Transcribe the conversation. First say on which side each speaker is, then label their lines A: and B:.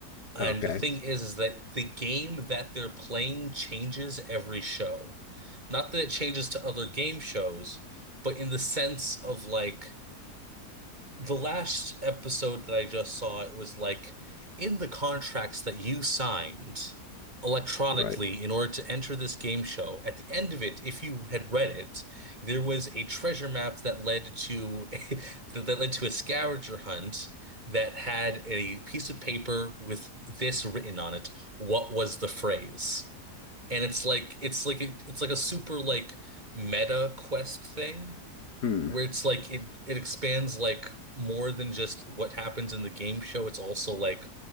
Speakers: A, on the right; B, on the left.
A: And
B: Okay,
A: the thing is, is that the game that they're playing changes every show. Not that it changes to other game shows, but in the sense of like the last episode that I just saw, it was like in the contracts that you signed electronically
B: right.
A: in order to enter this game show. At the end of it, if you had read it, there was a treasure map that led to <laughs> that led to a scavenger hunt that had a piece of paper with this written on it. What was the phrase? And it's like it's like it's like a super like meta quest thing
B: Hmm.
A: where it's like it it expands like more than just what happens in the game show. It's also like